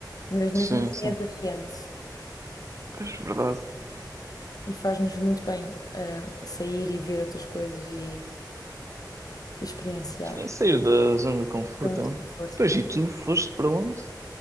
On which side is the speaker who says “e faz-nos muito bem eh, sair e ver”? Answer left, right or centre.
Left